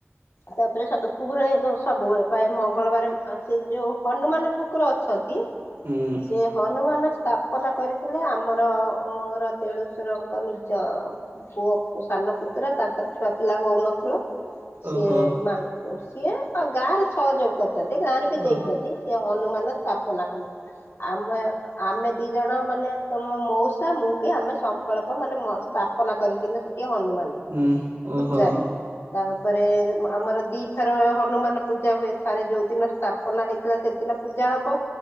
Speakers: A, on the left; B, on the right.
A: ତାପରେ ସ ସବୁବେଳେ ସବୁବେଳେ ପାଇଁ ମଙ୍ଗଳବାର ସେ ଯେଉଁ ହନୁମାନ ଠାକୁର ଅଛନ୍ତି
B: ହୁଁ ହୁଁ
A: ସେ ହନୁମାନ ସ୍ଥାପନା କରିଥିଲେ ଆମରର ମୋର ଦେଢଶୁ ଶୁରଙ୍କ ନିଜ ପୁଅ, ସାନ ପୁତୁରା ତାଙ୍କର ଛୁଆ ପିଲା ହଉନଥିଲା। ସିଏ
B: ଓହୋ
A: ମା ସିଏ ଆ ଗାଁରେ ସହଯୋଗ କରି ଗାଁରେ ବି ଦେଇଛନ୍ତି
B: ଓ
A: ସେ ହନୁମାନ ସ୍ଥାପନା କଲେ। ଆମେ ଆମେ ଦି ଜଣ ମାନେ ତମ ମଉସା ମୁଁ କି ଆମେ ସ ପ୍ରକଳ୍ପ ମାନେ ସ୍ଥାପନା କରିଥିଲେ ସେଠି ହନୁମାନ
B: ହୁଁ ଓହୋ
A: ପୂଜାରେ ତା ପରେ ଆମର ଦିଥର ହନୁମାନ ପୂଜା ହୁଏ, ଥରେ ଯୋଉ ଦିନ ସ୍ଥାପନା ହେଇଥିଲା ସେଦିନ ପୁ ଯା ହବ